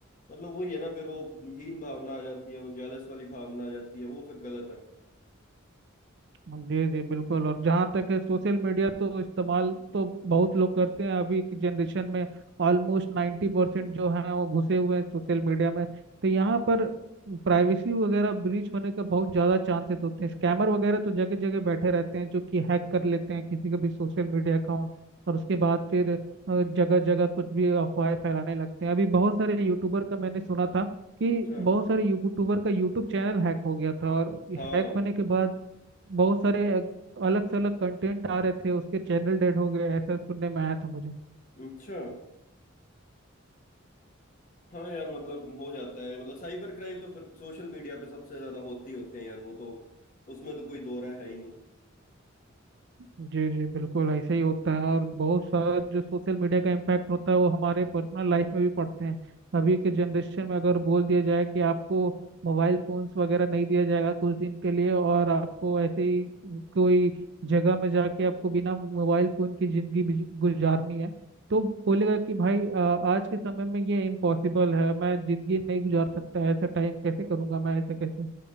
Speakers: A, on the left; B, on the right.
A: मतलब वही है ना फिर वो हीन भावना आ जाती है वो जेलस वाली भावना आ जाती है वो फिर गलत है
B: जी जी बिल्कुल और जहाँ तक है सोशल मीडिया तो इस्तेमाल तो बहुत लोग करते हैं अभी की जनरेशन में ऑलमोस्ट नाइन्टी परसेंट जो हैं वो घुसे हुए हैं सोशल मीडिया में तो यहाँ पर प्राइवेसी वगैरह ब्रीच होने का बहुत ज़्यादा चांसेस होते हैं स्कैमर वगैरह तो जगह जगह बैठे रहते हैं जो कि हैक कर लेते हैं किसी का भी सोशल मीडिया अकाउंट और उसके बाद फिर जगह जगह कुछ भी अफवाहें फैलाने लगते हैं अभी बहुत सारे यूट्यूबर का मैंने सुना था कि
A: अच्छा
B: बहुत सारे यूट्यूबर का यूट्यूब चैनल हैक हो गया था और
A: हाँ
B: हैक होने के बाद बहुत सारे अलग से अलग कंटेंट आ रहे थे उसके चैनल डेड हो गए ऐसा सुनने में आया था मुझे
A: अच्छा हाँ यार मतलब हो जाता है मतलब साइबर क्राइम तो फिर सोशल मीडिया पे सबसे ज्यादा होती होते हैं यार वो तो उसमें तो कोई दो राय है ही नहीं
B: जी जी बिल्कुल ऐसे ही होता है और बहुत सारा जो सोशल मीडिया का इम्पैक्ट होता है वो हमारे पर्सनल लाइफ में भी पड़ते हैं अभी के जनरेशन में अगर बोल दिया जाए कि आपको मोबाइल फोन्स वगैरह नहीं दिया जाएगा कुछ दिन के लिए और आपको ऐसे ही कोई जगह में जाके आपको बिना मोबाइल फोन की जिंदगी बिज- गुजारनी है तो बोलेगा कि भाई अ, आज के समय में ये इम्पॉसिबल है मैं जिंदगी नहीं गुजार सकता ऐसा टाइम कैसे करूंगा मैं ऐसे कैसे